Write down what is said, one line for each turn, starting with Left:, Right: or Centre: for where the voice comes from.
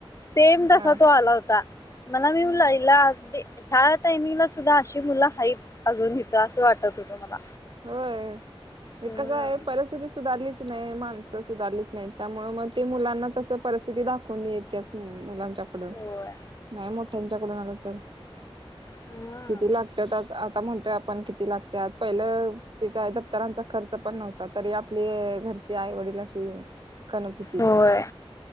Left: सेम तसा
Right: हा
Left: तो आला होता. मला मी म्हंटलं आईला अगदी ह्या टाइमिंगला सुद्धा आशी मुला आहेत अजून इथं असं वाटत होतं मला
Right: होय, हे
Left: हम्म
Right: कस आहे? परिस्थिती सुधारलीच- नाही, माणसं सुधारलीच नाही. त्यामुळे मग ते मुलांना तस परिस्थिती दाखवून नेत्याच. अ मुलांच पकडून,
Left: होय
Right: नाही मग. त्यांच्याकडून आलं तर?
Left: हम्म
Right: किती लागतात? आता. आता म्हणतोय आपण, किती लागत्यात? पहिलं ते काय दब तरांचा खर्च पण नव्हता, तरी आपले घरचे जे आई - वडलाशी कणचितित.
Left: होय